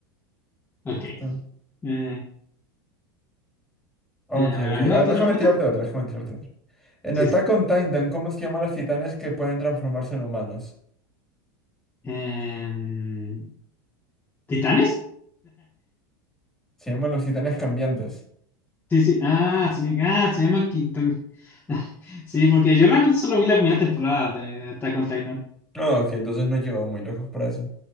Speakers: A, on the left; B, in the centre.
A: Ok.
B: Está.
A: Eh,
B: Ok,
A: eh, a ver,
B: ok.
A: ¿a mí una
B: A
A: otra
B: ver, déjame
A: pregunta?
B: tirarte otra, déjame tirarte otra. En
A: Sí,
B: Attack
A: sí.
B: on Titan, ¿cómo se llaman los titanes que pueden transformarse en humanos?
A: Em, ¿Titanes?
B: Se llaman los titanes cambiantes.
A: Sí, sí. Ah, sí, ah, se llaman Kitam- <laughs> Sí, porque yo realmente solo vi la primera temporada de Attack on Titan.
B: No, ok, entonces no he llegado muy lejos para eso.